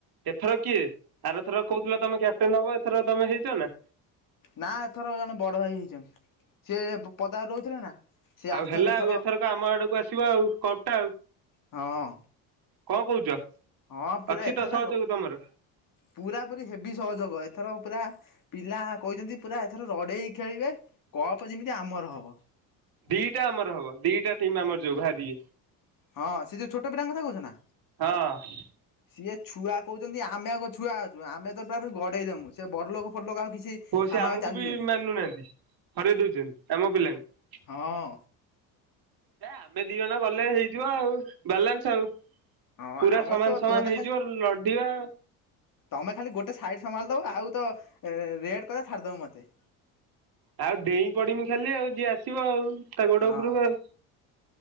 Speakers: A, on the right; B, on the left.
A: ଏଥର କିଏ ଆର ଏଥର କହୁଥିଲେ ତମେ କ୍ୟାପଟେନ ହବ ଏଥର ତମେ ହେଇଛ ନା।
B: ନା ଏଥର ଜଣେ ବଡ଼ ଭାଇ ହେଇଛନ୍ତି ସି ପଦାରେ ରହୁଥିଲେ ନା। ସିଏ
A: ଆଉ
B: ଆସିଛନ୍ତି
A: ହେଲା
B: ଏଥର
A: ଆଉ ଏଥରକ ଆମ ଆଡକୁ ଆସିବ ଆଉ କପ ଟା ଆଉ।
B: ହଁ
A: କଣ କହୁଛ?
B: ହଁ ପୁରା
A: ଅଛି
B: ଏଥର
A: ତ ସହଯୋଗ ତମର
B: ପୁରା ପୁର ହେଭି ସହଯୋଗ ଏଥର ପୁରା। ପିଲା କଛନ୍ତି ପୁରା ଏଥର ରଡେଇ ଖେଳିବେ କପ୍ ଯେମିତି ଆମର ହବ।
A: ଦିଟା ଆମର ହବ ଦିଟା ଟିମ୍ ଆମର ଯୋଉ ଭ ଦି
B: ହଁ ସେ ଯୋଉ ଛୋଟ ପିଲାଙ୍କ କଥା କହୁଛ ନା।
A: ହଁ
B: ସିଏ ଛୁଆ କହୁଛନ୍ତି ଆମେ ଆ ଛୁଆ ଅଛୁ ଆମେ ତ ପୁରରାପ ଗଡ଼େଇ ଦେବୁ ସେ ବରଲୋକ ଫଟ ଲୋକ ଆଉ କିଛି।
A: ହ
B: ଆମ
A: ସେ ଆମକୁ
B: ଆଉ ଚାଲିବେନି
A: ବି ମାନୁନାହାନ୍ତି ହରେଇ ଦଉଛନ୍ତି ଆମ ପିଲାଙ୍କୁ
B: ହଁ।
A: ଏ ଆମେ ଦି ଜଣ ଗଲେ ହେଇଯିବ ଆଉ ବାଲାନ୍ସ ଆଉ।
B: ହଁ
A: ପୁରା
B: ଆମର
A: ସମାନ
B: ତ
A: ସମାନ
B: ତୁମେ ତ ଖାଲି
A: ହେଇଯିବ ଲଢିବା।
B: ତମେ ଖାଲି ଗୋଟେ ସାଇଡସମ୍ଭାଳି ଦବ ଆଉ ତ ରେଡ କଲେ ଛାଡିଦବ ମ ଠିକ।
A: ଆଉ ଡେଇଁ ପଡମି ଖାଲି ଆଉ ଯିଏ ଆସିବ ଆଉ। ତା ଗୋଡ
B: ହଁ
A: ଉପରକୁ ଆଉ